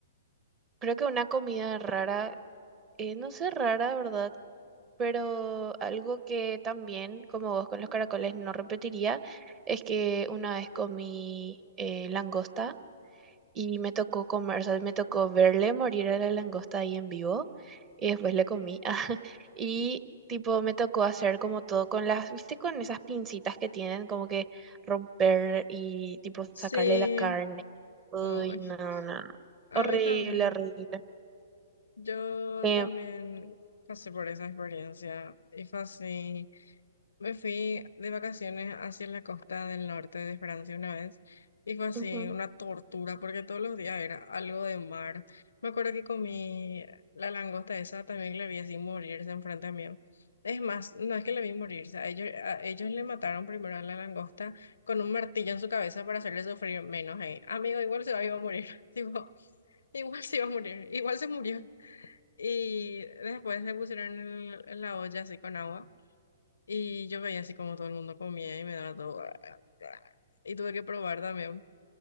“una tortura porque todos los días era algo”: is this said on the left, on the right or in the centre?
Left